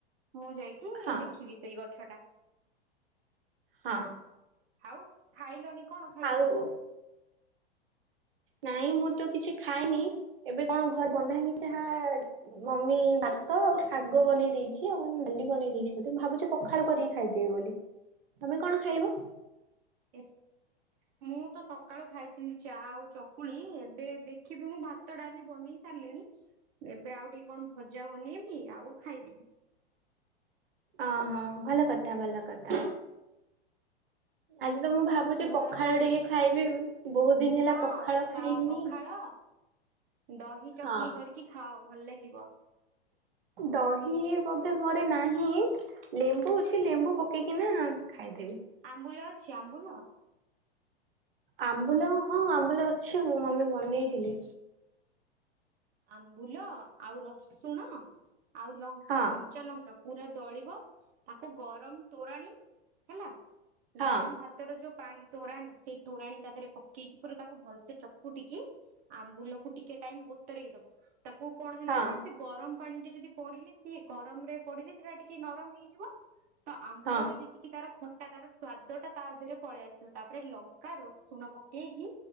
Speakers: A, on the right; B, on the right.
A: ମୁଁ ଯାଇକି
B: ହଁ
A: ଦେଖିବି ସେଇ ଗଛଟା।
B: ହଁ।
A: ଆଉ ଖାଇଲଣି କଣ ଖାଇଲଣି?
B: ଆଉ ନାଇଁ ମୁଁ ତ କିଛି ଖାଇନି, ଏବେ କଣ ଘର ବନା ହେଇ ଯାହା ମମି ବାଥ ଭାତ ଆଉ ଶାଗ ବନେଇ ଦେଇଛି, ଆଉ ମୁ ଡାଲି ବନେଇ ଦେଇଛି ବୋଧେ, ମୁଁ ଭାବୁଛି ପଖାଳ କରିକି ଖାଇଦେବି ବୋଲି। ତମେ କଣ ଖାଇବ?
A: ଏକ। ମୁଁ ତ ସକାଳୁ ଖାଇଥିଲି ଚା ଆଉ ଚକୁଳି, ଏବେ ଦେଖିବି ମୁଁ ଭାତ ଡାଲି ବନେଇ ସାରିଲିଣି ଏବେ ଆଉ ଟିକେ କଣ ଭଜା ବନେଇବି, ଆଉ ଖାଇଦେବି।
B: ଅ ହ ଭଲ କଥା ଭଲ କଥା। ଆଜି ତ ମୁଁ ଭାବୁଛି
A: ଘର
B: ପଖାଳ
A: ଖାଇବା
B: ଟିକେ ଖାଇବି, ବହୁତ ଦିନ ହେଲା
A: ହଁ
B: ପଖାଳ
A: ଖାଅ
B: ଖାଇନି।
A: ପଖାଳ ଦହି ଚଟଣୀ
B: ହଁ
A: କରିକି ଖାଅ ଭଲ ଲାଗିବ।
B: ଦହି ବୋଧେ ଘରେ ନାହିଁ। ଲେମ୍ବୁ ଅଛି ଲେମ୍ବୁ ପକେଇକି ନା ଖାଇଦେବି।
A: ଆମ୍ବୁଲ ଆମ୍ବୁଲ।
B: ଆମ୍ବୁଲ ହଁ ଆମ୍ବୁଲ ଅଛି, ମମି ବନେଇଥିଲେ।
A: ଆମ୍ବୁଲ ଆଉ ରସୁଣ ଆଉ ଲଙ୍କା
B: ହଁ
A: କଞ୍ଚା ଲଙ୍କା ପୁରା ଦଳିବ ତାକୁ ଗରମ ତୋରାଣି ହେଲା
B: ହଁ
A: ଗରମ ଭାତର ଯୋଉ ପାଣି ତୋରାଣି ସେଇ ତୋରାଣୀ ତା ଦେହରେ ପକେଇକି ପୁରା ତାକୁ ଭଲସେ ଚକୁଟିକି ଆମ୍ବୁଲକୁ ଟିକେ ଟାଇମ ବତରେଇ ଦବ। ତାକୁ କଣ ହେଲା
B: ହଁ
A: ନା ସେ ଗରମ ପାଣିରେ ଯଦି ପଡିଲେ ସିଏ ଗରମରେ ପଡିଲେ ସେଟା ଟିକେ ନରମ ହେଇଯିବ ତ ଆମ୍ବୁଲର
B: ହଁ।
A: ଯେତିକି ତାର ଖ ତା ତାର ସ୍ଵାଦ ଟା ତାରେ ପଳେଇ ଆସିବ ତାପରେ ଲଙ୍କା ରସୁଣ ପକେଇକି